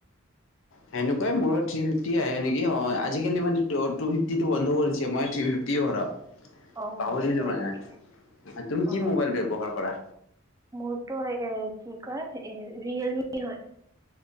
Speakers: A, on the left; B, on the right.
A: সেনেকুৱাই মোৰো থ্ৰী ফিফটি আহে নেকি অ আজিকালি মানে টু ফিফটিটো বন্ধ কৰি দিছে মই থ্ৰি ফিফটিয়ে ভৰাও।
B: অ
A: পাহৰিলো
B: হয়
A: মানে,
B: নেকি
A: তুমি
B: অ
A: কি মোবাইল ব্যৱহাৰ কৰা?
B: মোৰতো এ কি কয় এ ৰিয়েলমি হয়।